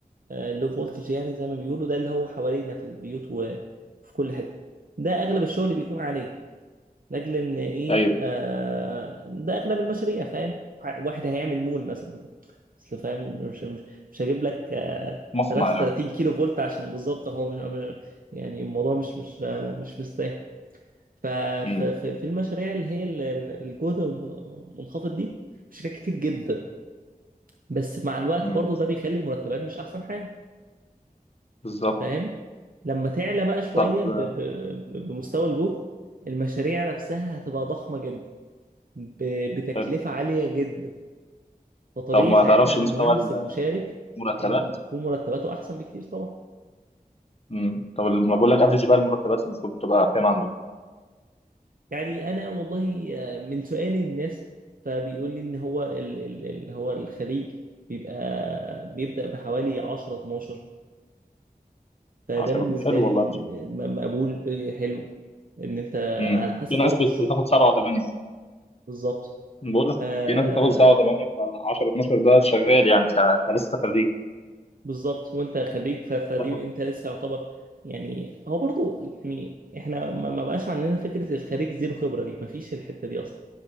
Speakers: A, on the right; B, on the left.
A: اللو فولتج يعني زي ما بيقولوا ده اللي هو حوالينا في البيوت وفي كل حتة ده اغلب الشغل بيكون عليه لاجل ان ايه
B: ايوه
A: آه ده اغلب المشاريع فاهم ح- واحد هيعمل مول مثلا اصل فاهم مش مش مش هجيب لك آه
B: مصنع
A: 33
B: يعني
A: كيلو فولت عشان بالظبط هو مش مش- يعني الموضوع مش مش آه مش مستاهل ففي
B: مم.
A: في المشاريع اللي هي ال- ال- الجهد الم- المنخفض دي مشاريع كتير جدا بس مع الوقت
B: مم.
A: برضو ده بيخلي المرتبات مش احسن حاجة
B: بالظبط
A: فاهم لما تعلى بقى شوية
B: طب
A: ب-
B: آه،
A: ب- ب- بمستوى الجهد المشاريع نفسها هتبقى ضخمة جدا، ب- بتكلفة
B: حلو
A: عالية جدا فطبيعي
B: طب ما
A: ساعتها
B: تعرفش
A: المهندس
B: مستوى
A: المشارك
B: المرتبات
A: هيكون مرتباته أحسن بكتير طبعا
B: مم. طب ما بقول لك افريج بقى المرتبات المفروض بتبقى كام عنده
A: يعني أنا والله آه، من سؤالي للناس فبيقول لي إن هو ال- ال- اللي هو الخليج بيبقى بيبدأ بحوالي 10 12 فده
B: 10
A: بالنسبة
B: حلو
A: لي
B: والله مش عارف.
A: م- مقبول ب- حلو إن أنت
B: مم.
A: على حسب
B: في ناس
A: برضه
B: بت-
A: الشغل
B: بتاخد 7 و8
A: بالظبط
B: بقول لك
A: آه،
B: في ناس بتاخد 7 و8 ف 10 12 ده شغال يعني ك... كلسه خريج
A: بالظبط وانت خريج ف- فدي
B: تاخد
A: انت لسه يعتبر يعني هو برضو يعني احنا ما ما بقاش عندنا فكرة الخريج زيرو خبرة دي ما فيش الحتة دي اصلا